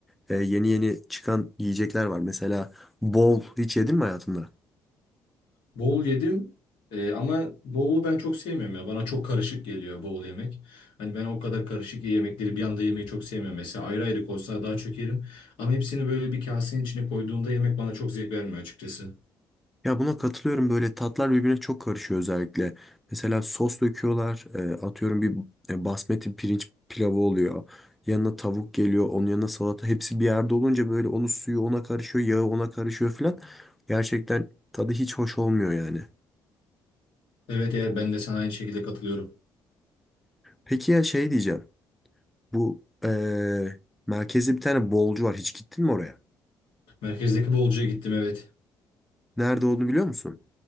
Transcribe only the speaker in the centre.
e, yeni yeni çıkan yiyecekler var. Mesela bol hiç yedin mi hayatında?
Ya buna katılıyorum böyle tatlar birbirine çok karışıyor özellikle. Mesela sos döküyorlar, e, atıyorum bir e, basmati pirinç pilavı oluyor. Yanına tavuk geliyor, onun yanına salata hepsi bir yerde olunca böyle onun suyu ona karışıyor, yağı ona karışıyor filan. Gerçekten tadı hiç hoş olmuyor yani.
Peki ya şey diyeceğim. Bu e, merkezde bir tane bolcu var. Hiç gittin mi oraya?
Nerede olduğunu biliyor musun?